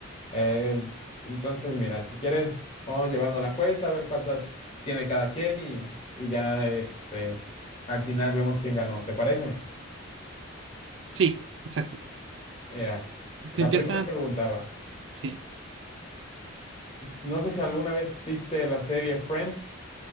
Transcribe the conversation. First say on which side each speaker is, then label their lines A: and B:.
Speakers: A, on the left (about 30°); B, on the right (about 60°).
A: Eh, entonces, mira, si quieres, vamos llevando la cuenta a ver cuántas tiene cada quien y, y ya este, al final vemos quién ganó. ¿Te parece?
B: Sí, exacto.
A: Mira,
B: Tú
A: la
B: empieza,
A: primera pregunta va.
B: sí.
A: No sé si alguna vez viste la serie Friends.